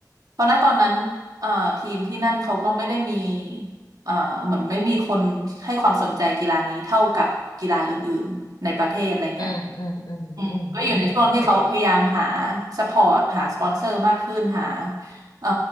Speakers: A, on the right (about 55°); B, on the left (about 60°).
A: เพราะณตอนนั้นเอ่อทีมที่นั่นเขาก็ไม่ได้มีเอ่อเหมือนไม่มีคนให้ความสนใจกีฬานี้เท่ากับกีฬาอื่นๆในประเทศอะไรเงี้ย
B: อืมอืมอืมอืมอืมนึกออก
A: อืมก็อยู่ในช่วงที่เขาพยายามหาสปอร์ตหาสปอนเซอร์มากขึ้นหาเอ่อ